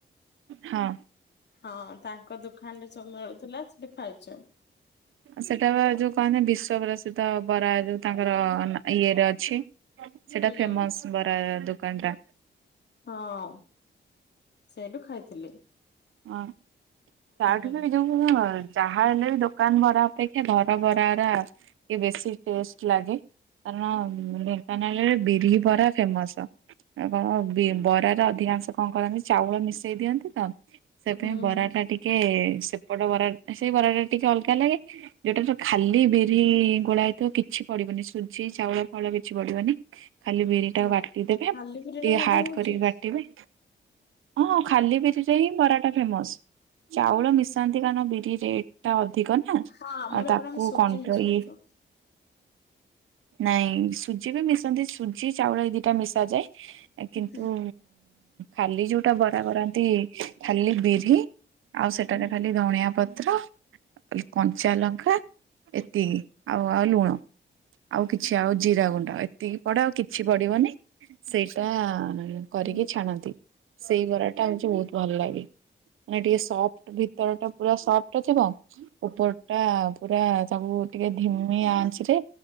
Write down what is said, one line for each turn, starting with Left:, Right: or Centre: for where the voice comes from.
Right: ହଁ।
Left: ହଁ, ତାଙ୍କ ଦୁକାନ ରେ ସବୁ ମିଳୁଥିଲା ସେଠି ଖାଇଛୁ।
Right: ସେଇଟା ବା ଯୋଉ କହନ୍ତି ବିଶ୍ଵ ପ୍ରସିଦ୍ଧ ବରା ଯୋଉ ତାଙ୍କର ଇଏରେ ଅଛି। ସେଟା
Left: ହୁଁ
Right: ଫେମସ ବରା ଦୋକାନ ଟା।
Left: ହଁ, ସେଇଠୁ ଖାଇଥିଲି।
Right: ଟା। ତାଠୁ
Left: ହୁଁ ହଁ
Right: ବି
Left: ହୁଁ
Right: ଏଇ ଯୋଉଁ ହଁ, ଯାହା ହେଲେ ବି ଦୋକାନ ବରା ଅପେକ୍ଷା ଘର ବରା ଅରା କି ବେଶୀ ଟେଷ୍ଟ ଲାଗେ, କାରଣ ଢେଙ୍କାନାଳରେ ବିରି ବରା ଫେମସ। ଆଉ କଣ ବରାରେ ଅଧିକାଂଶ କଣ କରନ୍ତି ଚାଉଳ ମିଶେଇ ଦିଅନ୍ତି ତ ସେଥି ପାଇଁ
Left: ହୁଁ
Right: ବରାଟା ଟିକେ ସେପଟ ବରା ସେଇ ବରାଟା ଟିକେ ଅଲଗା ଲାଗେ। ଯୋଉଟା ତ ଖାଲି ବିରି ଗୋଳା ହେଇଥିବ କିଛି ପଡିବନି ସୁଜି ଚାଉଳ ଫଳ କିଛି ପଡିବନି ଖାଲି ବିରି ଟା
Left: ହଁ।
Right: ବାଟିଦବେ
Left: ଖାଲି
Right: ଟିକେ
Left: ପୁରୀରେ ମଧ୍ୟ
Right: ହାର୍ଡ
Left: ହଉଛି
Right: କରିକି ବାଟିବେ। ହଁ, ଖାଲି ବିରିରେ ହିଁ ବରାଟା ଫେମସ। ଚାଉଳ ମିଶାନ୍ତି କାରଣ ବି ରେଟ୍ ଟା ଅଧିକ ନା ଆଉ
Left: ହଁ ଆମର
Right: ତାକୁ
Left: ଏପଟେ ଆମେ ସୁଜି
Right: କଣ୍ଟ୍ରୋଲ
Left: ମିଶଉଛୁ।
Right: ନାଇଁ ସୁଜି ବି ମିଶନ୍ତି ସୁ ଜି ଚାଉଳ ଏଇ ଦିଟା ମିଶା ଯାଏ କିନ୍ତୁ
Left: ହୁଁ
Right: ଖାଲି ଯୋଉଟା ବରା କରନ୍ତି ଖାଲି ବିରି ଆଉ ସେଟାରେ
Left: ହୁଁ
Right: ଖାଲି ଧଣିଆ ପତ୍ର କଞ୍ଚା ଲଙ୍କା ଏତିକି ଆଉ ଆଉ ଲୁଣ। ଆଉ କିଛି ଆଉ ଜିରା ଗୁଣ୍ଡ ଏତିକି ପଡ଼େ ଆଉ କିଛି ପଡ଼ିବନି ସେଇଟା କରିକି
Left: ହୁଁ
Right: ଛାଣନ୍ତି ସେଇ ବରା ଟା ହଉଛି ବହୁତ ଭଲ ଲାଗେ। ମାନେ ଟିକେ ସଫ୍ ଭିତର ଟା ପୁରା ସଫ୍ଟଥିବ ଉପର ଟା ପୁରା ତାକୁ ଟିକେ ଧିମି ଆଞ୍ଚି ରେ